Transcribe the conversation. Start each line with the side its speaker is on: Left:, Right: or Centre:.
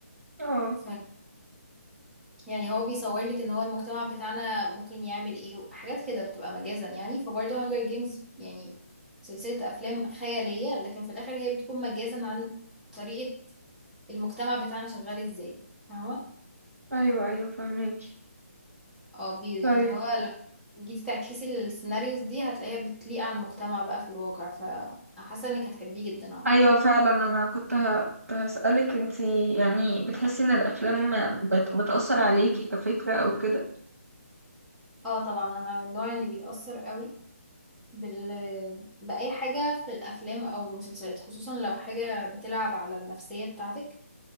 Right: اه
Centre: ف يعني هو بيصور لك ان هو المجتمع بتاعنا ممكن يعمل ايه حاجات كده بتبقى مجازا يعني فبرضه هانجر جيمز يعني سلسله افلام خياليه لكن في الاخر هي بتكون مجازا عن طريقة المجتمع بتاعنا شغال ازاي فاهمة
Right: ايوه ايوه فهميكي
Centre: اه بي...
Right: طيب
Centre: اللي هو لو جيتي تعكسي السيناريوز دي هتلاقيها بتليق على المجتمع بقى في الواقع فحاسة انك هتحبيه جدا عامة
Right: ايوه فعلا انا كنت ه... كنت هسألك انتي يعني بتحسي ان الافلام بت... بتأثر عليكي كفكرة او كده
Centre: اه طبعا انا من النوع اللي بيتأثر قوي بال... بأي حاجة في الأفلام أو المسلسلات خصوصا لو حاجة بتلعب على النفسية بتاعتك